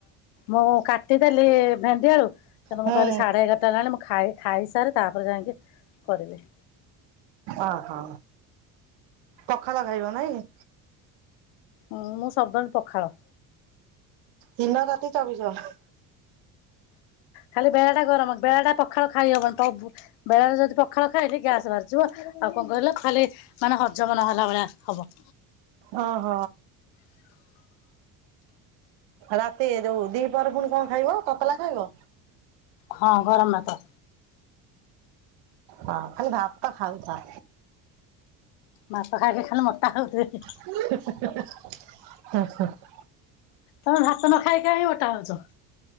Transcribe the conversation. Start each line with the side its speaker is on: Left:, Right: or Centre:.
Left: ମୁଁ କାଟିଦେଲି ଭେଣ୍ଡି ଆଳୁ କିନ୍ତୁ
Right: ହୁଁ
Left: ମୁଁ କହିଲି ସାଡେ ଏଗାରଟା ହେଲାଣି ମୁଁ ଖାଇ ଖାଇସାରେ ତାପରେ ଯାଇକି କରିବି।
Right: ଓହୋ, ପଖାଳ ଖାଇବ ନାଇଁ?
Left: ହଁ ମୁଁ ସବୁବେଳେ ପଖାଳ।
Right: ଦିନ ରାତି ଚବିଶି ଘଣ୍ଟା।
Left: ଖାଲି ବେଳାଟା ଗରମ ବେଳାଟା ପଖାଳ ଖାଇହବନି ତଳୁକୁ। ବେଳାରେ ଯଦି ପଖାଳ ଖାଇଲି ଗ୍ୟାସ୍ ବାହାରିଯିବ ଆଉ କଣ କହିଲ ଖାଲି ମାନେ ହଜମ ନହେଲା ଭଳିଆ ହବ।
Right: ଓହ, ରାତି ଯୋଉ ଦି ହରେ ପୁଣି କଣ ଖାଇବ ତତଲା ଖାଇବ?
Left: ହଁ ଗରମ ଭାତ।
Right: ହଁ ଖାଲି ଭାତ ଖାଉଥା।
Left: ମାଛ ଖାଇ ଖାଇ ଖାଲି ମୋଟା ହେଉଥିବେ।
Right: ହୁଁ ହୁଁ।
Left: ତମେ ଭାତ ନ ଖାଇ କାଇଁ ମୋଟା ହଉଚ?